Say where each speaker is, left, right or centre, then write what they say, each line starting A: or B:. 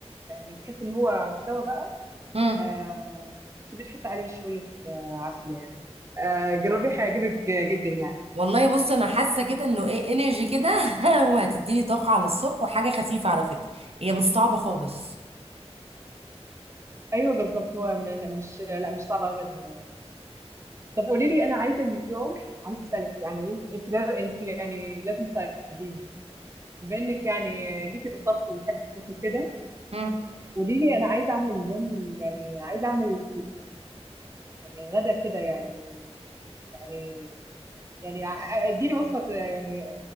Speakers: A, on the right; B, on the right.
A: يعني تحس ان هو استوى بقى
B: امم
A: آه تبي تحط عليه شوية آه عسل يعني آه جربيه هيعجبك آه، جدا يعني
B: والله بص انا حاسه كده انه ايه انرجي كده <laughs> وهتديني طاقه على الصبح وحاجه خفيفه على فكره هي مش صعبه خالص
A: ايوه بالظبط هو م- مش لا مش صعب ابدا يعني طب قولي لي انا عايزه اليوم عايزه اسالك يعني انت لا- انت يعني لازم تساعديني بما انك يعني ليكي بالطبخ وبتحبي تطبخي كده
B: امم
A: قولي لي انا عايزه اعمل اليوم يعني عايزه اعمل يعني غدا كده يعني يعني يعني ع- اديني وصفه آه، يعني